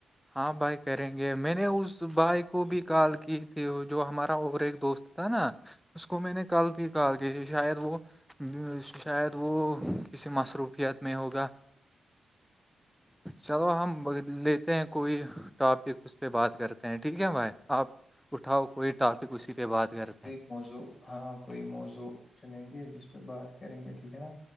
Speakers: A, in the centre; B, on the left.
A: ہاں بھائی کریں گے میں نے اس بھائی کو بھی کال کی تھی وہ جو ہمارا اور ایک دوست تھا نا اس کو میں نے کل بھی کال کی تھی شاید وہ شاید وہ کسی مصروفیت میں ہوگا چلو ہم لیتے ہیں کوئی ٹاپک اس پہ بات کرتے ہیں ٹھیک ہے بھائی آپ اٹھاؤ کوئی ٹاپک اسی پہ بات کرتے ہیں
B: موضو ہاں کوئی موزوع چنیں گے جس پہ بات کریں گے ٹھیک ہے نا